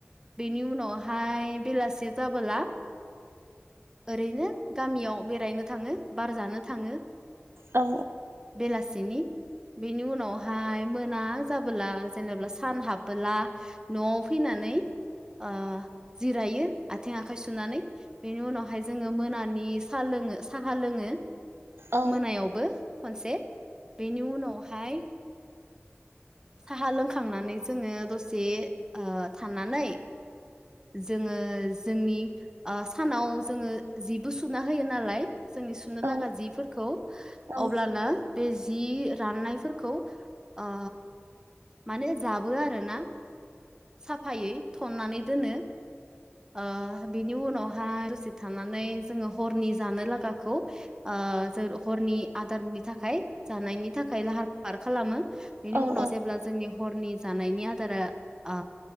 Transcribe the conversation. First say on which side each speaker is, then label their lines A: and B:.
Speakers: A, on the right; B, on the right.
A: बेनि उनावहाय बेलासि जाबोला ओरैनो गामियाव बेरायनो थाङो बार जानो थाङो।
B: औ
A: बेलासिनि बेनि उनावहाय मोना जाबोला जेनेबा सान हाबबोला नवाव फैनानै ओ जिरायो आथिं आखाइ सुनानै बेनि उनावहाय जोङो मोनानि सा लो लोङो साहा लोङो।
B: औ
A: मोनायावबो खनसे बेनि उनावहाय साहा लोंखांनानै जोङो दसे थानानै जोङो ओ जोंनि ओ सानाव जोङो जिबो सुना होयो नालाय। जोंनि सुनो
B: औ
A: लागा जिफोरखौ
B: औ
A: अब्लाना बे जि राननायफोरखौ आ माने जाबो आरोना। साफायै थननानै दोनो। ओ बिनि उनावहाय दसे थानानै जोङो हरनि जानो लागाखौ ओ ओ जर हरनि आदारनि थाखाय जानायनि थाखाय लाहार फाहार खालामो। बेनि
B: औ
A: उनाव जेब्ला जोंनि हरनि जानायनि आदारा आ